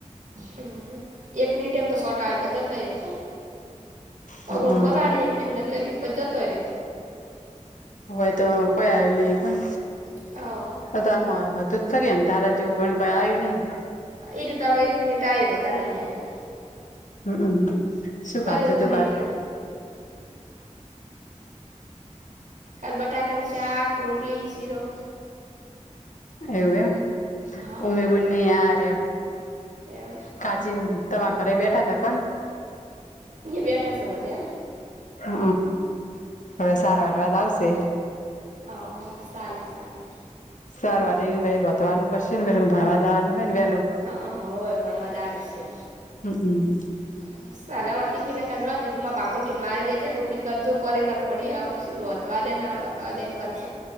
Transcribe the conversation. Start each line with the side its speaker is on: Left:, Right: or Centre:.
Right: હમ. એક મિનિટ એમ તો સોટા જતાય રીયો
Left: હ
Right: ઓગણું પલાળી એમને એમ લાગ્યું પ જતર્યો.
Left: હોય તો કોઈ આયુ નહી કોન?
Right: રહ્યો
Left: ઓતો આમ હતું ત ખરી અંધારા જેવું પણ કોઈ આયું નહીં.
Right: ઈ રયુ તારો એક મિનિટ આયું વધારે નહી આયું.
Left: હમમ અ હમ.
Right: શું કર્યું
Left: ખાતું
Right: માર
Left: તું
Right: બૂનને?
Left: કાલ
Right: કાલ બટાકાનું શાક, રોટલી, શીરો
Left: એવું એમ
Right: હા
Left: ઉમી બુનની આ રયા.
Right: એમ
Left: કાચીન તમારા ઘરે બેઠાતા કોન?
Right: બેઠાસે બધા એ?
Left: હ અ હવે સારા આઠવા આવશે
Right: અ સાલે સાલે
Left: સારું આ ટાઇને પહી રોતવાનું કરશે ને પેલું ભણવા જાવાનું હોય ને વેલું
Right: હહ અ હોવે ભણવા જાવાનું સે.
Left: હમ અ.
Right: <inaudible> <inaudible> કીધું મારે બે ચાર રોટલી કરજો ફરીન <unintelligible> અક્ષુ ના રોધવા દે ના રો તવા દેન કરત